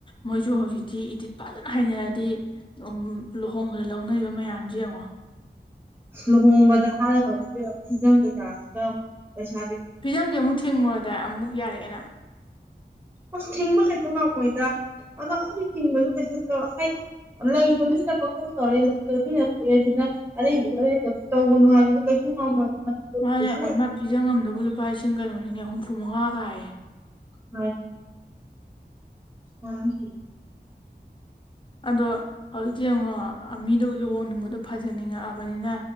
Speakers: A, on the left (about 30°); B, on the right (about 15°).
A: ꯃꯣꯏꯁꯨ ꯍꯧꯖꯤꯛꯇꯤ ꯏꯇꯤꯠ ꯐꯖꯅ ꯍꯩꯅꯔꯗꯤ ꯎꯝ ꯂꯨꯍꯣꯡ ꯂꯧꯅꯩꯕ ꯃꯌꯥꯝꯁꯦ ꯌꯦꯡꯉꯣ
B: ꯂꯨꯍꯣꯡꯕꯗ ꯍꯥꯟꯔꯒ ꯏꯕꯦꯝꯃꯥ ꯐꯤꯖꯡ ꯀꯩꯀꯥꯁꯤꯗꯥ ꯄꯩꯁꯥꯥꯁꯦ
A: ꯐꯤꯖꯪꯁꯦ ꯑꯃꯨꯛ ꯊꯤꯡꯉꯨꯔꯗꯥꯏ ꯑꯃꯨꯛ ꯌꯥꯔꯛꯑꯦꯅ
B: ꯑꯁ ꯊꯤꯡꯕ ꯀꯩꯁꯨ ꯉꯝ ꯃꯣꯏꯗ ꯑꯗꯣ ꯑꯩꯅ ꯊꯤꯡꯕꯗ ꯀꯩꯁꯨ ꯇꯧ ꯍꯥꯏꯗꯤ ꯂꯩꯕꯃꯤꯅ ꯄꯡꯇꯧ ꯇꯧꯔꯦ ꯂꯩꯇꯕ ꯃꯤꯅ ꯇꯣꯛꯑꯦ ꯁꯤꯗ ꯑꯔꯩꯕꯥꯈꯔꯥ <unintelligible> ꯇꯧꯒꯅꯨ ꯍꯥꯏꯕꯗꯤ ꯀꯩꯁꯨ ꯉꯝꯃꯣꯏ
A: ꯃꯥꯅꯦ
B: ꯄꯨꯟꯁꯤ
A: ꯑꯣꯏꯃꯥ ꯐꯤꯖꯡ ꯑꯝꯗꯕꯨ ꯂꯨꯄꯥ ꯂꯤꯁꯤꯡ ꯀꯩꯅꯣꯅꯤꯅꯦ ꯍꯨꯝꯐꯨ ꯃꯉꯥꯒꯥꯏꯌꯦ
B: ꯍꯣꯏ ꯍ <unintelligible>
A: ꯑꯗꯣ ꯍꯧꯖꯤꯛꯇꯤ ꯌꯦꯡꯉꯣ ꯃꯤꯗꯨ ꯂꯨꯍꯣꯡꯅꯤꯡꯕꯗꯣ ꯐꯖꯅꯤꯡꯉꯛꯑꯕꯅꯤꯅ